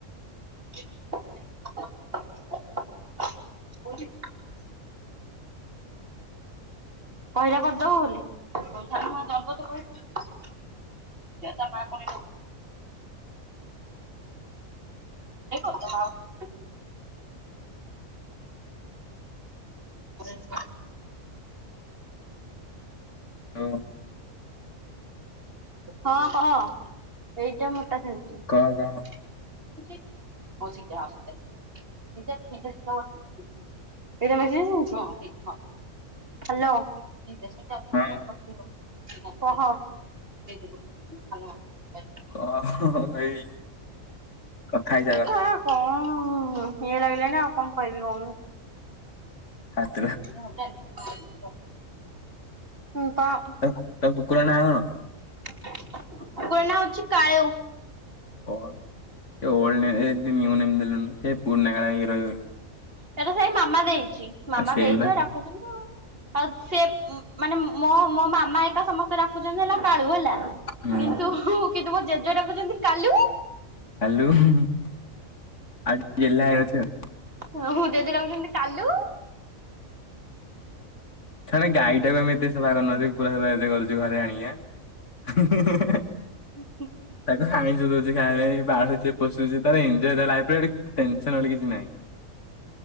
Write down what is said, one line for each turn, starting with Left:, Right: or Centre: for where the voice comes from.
Right: <inaudible> କଉଠି। କହିଲା କରିଦବ ବୋଲି ପଇସା ଦବ ତ କହିଛି ତା ମାଁ ତ <unintelligible> କୁଆଡ଼େ ଯାଇଛି ମା।
Left: ଅ
Right: ହଁ କହ ଏଇଟା ମୋଟା ଛାଣିଛି।
Left: କହ କହ।
Right: ସେ ହଉ ଚି ହ ସେଇା ଚଟା ଅଛି <inaudible> ଏଇଟା ମାଉସି ଆଣିବାର ଅଛି ହଁ ସେଇଟା ହଁ ସେଇଟା, ହାଲୋ ସେଇଟା ଅଛି ବୋଲି ବାପା
Left: ହଁ
Right: ଫୋନ୍ କରିଥିଲେ। କହ <inaudible>
Left: କଣ କହିବି। କଥା ହେଇଯା
Right: ନା କଣ ଇଏ ଲାଗିଲାଣିି ଆଉ କଣ କହିବି କହୁନୁ।
Left: ଫାଷ୍ଟ
Right: <inaudible> ହୁଁ କହ।
Left: ତ ତ କୁକୁର ନାଁ କଣ?
Right: କୁକୁର ନାଁ ହଉଛି କାଳୁ।
Left: ଓ ଏ ଓଲଡ଼ ନେମ ଦେଲୁ ନିଉ ନେମ ଦେଲୁନୁ ସେ ପୁରୁଣା ହେଇକି ରହିଗଲୁ।
Right: ସେଟା ସେଇ ମାମା ଦେଇଚି ମାମା
Left: ସେଇବା
Right: ଦେଇଚି ଡ଼ାକୁଛନ୍ତି ଆଉ। ଆଉ ସେ ମାନେ ମୋ ମୋ ମାମା ହେକା ସମସ୍ତେ ଡ଼ାକୁଛନ୍ତି ହେଲା କାଳୁ ହେଲା।
Left: ହୁଁ
Right: କିନ୍ତୁ କିନ୍ତୁ ମୋ ଜେଜେ ଡ଼ାକୁଛନ୍ତି କାଲୁ ଉ।
Left: କାଲୁ ହୁ ଆଉ ଟିକେ ଗେହ୍ଲା ହେଇଜାଉଛି ଆଉ।
Right: ହ ହ ଜେଜେ ଡ଼ାକୁଛନ୍ତି କାଲୁ।
Left: ଥରେ ଗାଈ ଟାକୁ ଆମେ ଏତେ ସେବା କରୁନୁଥିବୁ କୁକୁର ସେବା ଏତେ କରୁଛୁ ଘରେ ଆଣିକି ଆଁ ହୁଁ ହୁଁ ହୁଁ ଏଁ
Right: <unintelligible>
Left: ତାକୁ ଆଇଁଷ ଦଉଛି ଖାଇବା ପାଇଁ ପାଳୁଛେ ପୋଷୁଛେ ତାର ଏନଜୟ ତାର ଲାଇଫରେ ଗୋଟେ ଟେନସନ ବୋଲି କିଛି ନାଇଁ।